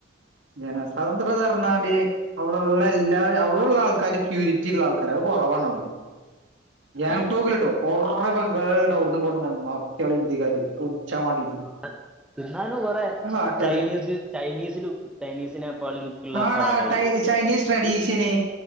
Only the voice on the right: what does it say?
ജനസ്വാതന്ത്ര്യം ഞ്ഞാല് അവിടൊള്ള എല്ലാ അവിടൊള്ള ആൾക്കാാര് പ്യൂരിറ്റി ഉള്ള ആൾക്കാര കുറവാണവിടെ ങ്
തോക്കിലിട്ടോ <unintelligible> കുറേ ബംഗാളുടെവിർന്നും പോ ഇന്ത്യക്കാര്ർണ്ട തെളിച്ചാൻ വേണ്ടീട്ട്
ആട്ടിയാ
തന്നെ
ആടാ
ടൈ
ചൈനീസ് ട്രഡീഷന്